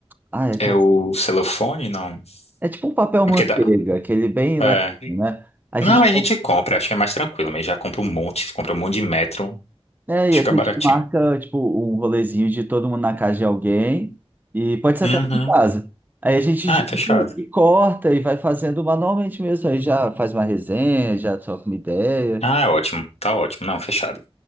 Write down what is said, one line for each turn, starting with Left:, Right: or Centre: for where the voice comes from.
Right: Ah, é, aquela...
Left: É o celofane, não?
Right: é tipo um papel
Left: Porque
Right: manteiga,
Left: dá.
Right: aquele bem
Left: é,
Right: leve, né? A
Left: Não,
Right: gente...
Left: a
Right: com-
Left: gente compra, acho que é mais tranquilo, mas já compra um monte, compra um monte de metro, acho
Right: é,
Left: que
Right: e a
Left: fica
Right: gente
Left: baratinho.
Right: marca tipo um rolezinho de todo mundo na casa de alguém, e pode ser
Left: Uhum.
Right: até em casa. Aí a gente
Left: Ah,
Right: junta
Left: é fechado.
Right: e, e corta e vai fazendo manualmente mesmo. Aí já faz uma resenha, já troca uma ideia.
Left: Ah, é ótimo, tá ótimo. Não, fechado.